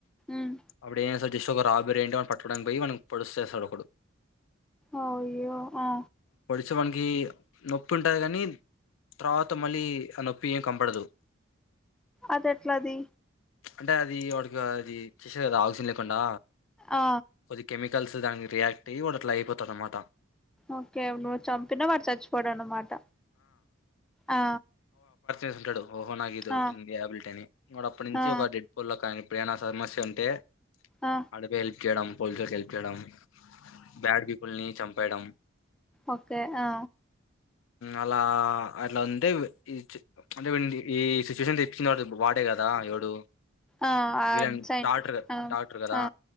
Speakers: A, in the centre; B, on the left.
A: ఉమ్
B: అప్పుడే సజస్ ఒక రాబర్ ఏంట ప బయ్యమని పొడుసేస్తాడు ఒకడు.
A: అయ్యో ఆ
B: సో మనకి నొప్పి ఉంటది కనీ తరువాత మళ్ళీ అ నొప్పి ఏం కంబడదు.
A: అది ఎట్లది
B: అంటే అది వాడికి అది చేసారు. కదా ఆ తిన్నలేకుండా
A: ఆ
B: కొదికెమి కలిసి దానికి రియాక్ట్ అయ్యి వాళ్లట్ల అయిపోతారు అన్నమాట.
A: ఓకే నవ్వు చంపినా వాడు చచ్చిపోడ అమాట ఆ
B: ఎస్ంటాడు ఓహో నాగ ఇది ఒకటింది.
A: ఆ
B: ట్యాబలిట్ అని వాడు అప్పటి నుంచి
A: ఆ
B: ఒక డెడ్ పోలో కానీ ప్పుడైనా సమస్య ఉంటే
A: ఆ
B: అడవేల్ చేయడం పోల్ససెల్ప్ చేయడం. బ్యాడ్ పీపుల్ని చం పడం
A: ఒకే ఆ
B: అలా అట్లా ఉంటే ఈచ్ అంటే వీంది ఈ సిచ్యువేషన్ది చ్చినాడు ఇప్పు వాడే కదా ఎవడు
A: ఆ ఆ
B: విలన్
A: సైంటిస్ట్
B: డాక్టర్
A: ఆ
B: డాక్టర్ కదా
A: ఆ